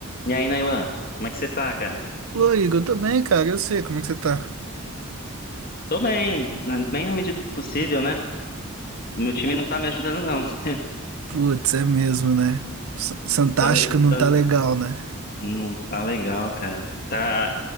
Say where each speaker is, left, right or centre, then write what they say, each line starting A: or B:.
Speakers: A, on the left; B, on the right.
A: E aí, Nailan, como é que você tá, cara?
B: Ô, Igor, eu tô bem, cara. Eu sei como é que você tá.
A: Tô bem, na- bem na medida do possível, né? O meu time não tá me ajudando, não. <laughs>
B: Putz, é mesmo, né? S- Santástico
A: Tá-
B: não
A: tá-
B: tá legal, né?
A: Não tá legal, cara. Tá...